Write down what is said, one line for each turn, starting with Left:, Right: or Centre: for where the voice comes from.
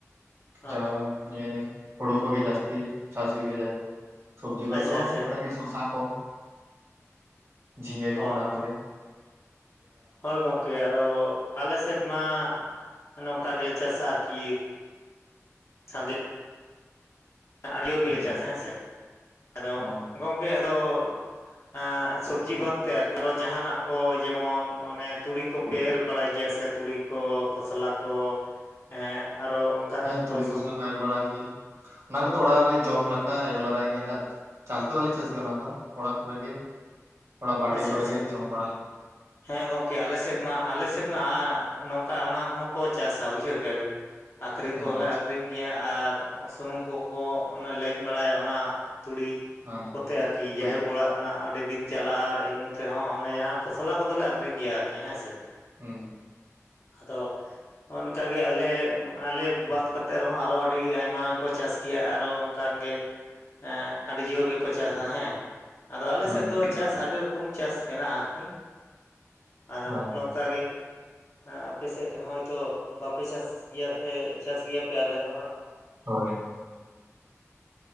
Right: <unintelligible>
Left: ᱦᱮᱸ
Right: ᱦᱩᱲᱩ ᱠᱚᱜᱮ ᱡᱟᱹᱥᱛᱤ ᱪᱟᱥ ᱦᱩᱭ ᱜᱮ ᱡᱟᱭ ᱥᱚᱵᱽᱡᱤ ᱠᱚᱫᱚ
Left: ᱟᱪᱪᱷᱟ ᱟᱪᱪᱷᱟ
Right: ᱚᱱᱠᱟ ᱜᱮ ᱥᱚᱥᱟ ᱠᱚ ᱾ ᱡᱷᱤᱸᱜᱟᱹ
Left: ᱦᱳᱭ
Right: ᱠᱚ ᱚᱱᱟ
Left: ᱦᱳᱭ
Right: ᱠᱚᱜᱮ ᱾
Left: ᱦᱳᱭ ᱜᱚᱝᱠᱮ ᱟᱫᱚ ᱟᱞᱮ ᱥᱮᱫ ᱢᱟ, ᱱᱚᱝᱠᱟ ᱜᱮᱞᱮ ᱪᱟᱥᱟ ᱟᱨᱠᱤ ᱥᱟᱸᱜᱮ ᱟᱹᱰᱤ ᱡᱳᱨ
Right: ᱦᱩᱸ
Left: ᱜᱮᱞᱮ ᱪᱟᱥᱟ ᱦᱮᱸ ᱥᱮ, ᱟᱫᱚ
Right: ᱦᱩᱸ
Left: ᱜᱚᱝᱠᱮ ᱟᱫᱚ ᱮᱸ ᱥᱚᱵᱽᱡᱤ ᱵᱟᱫ ᱛᱮ ᱟᱨᱠᱤ ᱟᱨᱚ ᱡᱟᱦᱟᱸᱱᱟᱜ ᱠᱚ ᱡᱮᱢᱚᱱ ᱚᱱᱮ ᱛᱩᱲᱤ ᱠᱚ ᱯᱮ ᱮᱨ ᱵᱟᱲᱟᱭ ᱜᱮᱭᱟ ᱥᱮ ᱛᱩᱲᱤ ᱠᱚ ᱠᱷᱚᱥᱞᱟ ᱠᱚ ᱮᱸᱜ ᱟᱨᱚ ᱚᱱᱠᱟᱱᱟᱜ
Right: ᱦᱮᱸ ᱛᱩᱲᱤ ᱠᱷᱚᱥᱞᱟ
Left: ᱥᱩᱱᱩᱢ
Right: ᱠᱚ ᱮᱨ ᱵᱟᱲᱟᱭ ᱦᱩᱭᱩᱜ ᱜᱮᱭᱟ, ᱚᱱᱟ ᱠᱚᱫᱚ ᱚᱲᱟᱜ ᱨᱮ ᱡᱚᱢ ᱞᱟᱠᱟ ᱮᱲ ᱵᱟᱨᱟᱭ ᱜᱮᱭᱟᱞᱮ <unintelligible> ᱾ ᱪᱟᱥ ᱫᱚ ᱵᱟᱞᱮ ᱪᱟᱥ ᱜᱮᱭᱟ ᱚᱱᱟ ᱫᱚ, ᱚᱲᱟᱜ ᱠᱚᱨᱮᱜᱮ ᱚᱲᱟᱜ ᱵᱟᱲᱜᱮ
Left: ᱟᱪᱪᱷᱟ
Right: ᱠᱚᱨᱮᱜᱮ
Left: ᱟᱪᱪᱷᱟ
Right: ᱡᱚᱢ ᱵᱟᱲᱟ ᱞᱟ
Left: ᱦᱮᱸ ᱜᱚᱝᱠᱮ ᱟᱞᱮ ᱥᱮᱫ ᱢᱟ ᱟᱞᱮ ᱥᱮᱫ ᱢᱟ ᱱᱚᱝᱠᱟ ᱚᱱᱟ ᱦᱚᱸᱠᱚ ᱪᱟᱥᱟ ᱵᱩᱡᱷᱟᱹᱣ ᱠᱮᱭᱟᱵᱤᱱ ᱾ ᱟᱠᱷᱨᱤᱧ ᱠᱚᱦᱚᱸ
Right: ᱟᱪᱪᱷᱟ
Left: ᱞᱮ ᱟᱹᱠ ᱟᱹᱠᱷᱨᱤᱧ ᱜᱮᱭᱟ ᱟᱨ, ᱥᱩᱱᱩᱢ ᱠᱚᱠᱚ ᱚᱱᱟ ᱞᱮᱧ ᱵᱟᱲᱟᱭᱟ ᱚᱱᱟ ᱛᱩᱲᱤ ᱾
Right: ᱦᱮᱸ
Left: ᱠᱚᱛᱮ
Right: ᱦᱮᱸ
Left: ᱟᱨᱠᱤ
Right: ᱛᱩᱲᱤ
Left: ᱡᱟᱭᱦᱳᱠ ᱚᱲᱟᱜ ᱨᱮᱱᱟᱜ ᱟᱹᱰᱤ ᱫᱤᱱ ᱪᱟᱞᱟᱜᱼᱟ᱾ ᱮᱢᱱᱤ ᱛᱮᱦᱚᱸ ᱚᱱᱮ ᱡᱟᱦᱟᱸ ᱠᱷᱚᱥᱞᱟ ᱠᱚᱫᱚ ᱞᱮ ᱟᱠᱷᱨᱤᱧ ᱜᱮᱭᱟ ᱟᱨᱠᱤ ᱦᱮᱸ ᱥᱮ ᱾
Right: ᱦᱩᱸ ᱾
Left: ᱟᱫᱚ ᱚᱱᱠᱟᱜᱮ ᱟᱞᱮ ᱟᱞᱮ ᱵᱟᱫ ᱠᱟᱛᱮᱜ ᱨᱮᱦᱚᱸ ᱟᱨᱚ ᱟᱹᱰᱤ ᱟᱭᱢᱟ ᱜᱮᱠᱚ ᱪᱟᱥ ᱜᱮᱭᱟ, ᱟᱨᱦᱚ ᱚᱱᱠᱟᱱ ᱜᱮ ᱦᱮᱸ ᱟᱹᱰᱤ ᱡᱳᱨ ᱜᱮᱠᱚ ᱪᱟᱥᱟ ᱦᱮᱸ ᱟᱫᱚ ᱟᱞᱮ
Right: ᱦᱩᱸ
Left: ᱥᱮᱫ ᱫᱚ ᱪᱟᱥ ᱟᱹᱰᱤ ᱨᱚᱠᱚᱢ ᱪᱟᱥ ᱢᱮᱱᱟᱜᱼᱟ ᱟᱨᱠᱤ ᱟᱫᱚ
Right: ᱚ
Left: ᱱᱚᱝᱠᱟ ᱜᱮ ᱟᱯᱮ ᱥᱮᱫ ᱦᱚᱭᱛᱚ ᱵᱟᱯᱮ ᱪᱟᱥ ᱜᱮᱭᱟ ᱥᱮ ᱪᱟᱥ ᱜᱮᱭᱟ ᱯᱮ ᱟᱞᱮ ᱫᱚ ᱦᱟᱸᱜ
Right: ᱦᱳᱭ